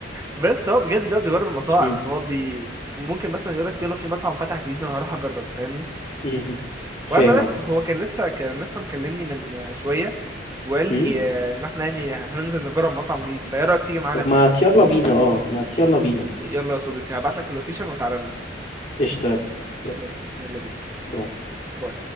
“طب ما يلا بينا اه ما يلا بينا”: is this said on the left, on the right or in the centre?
Left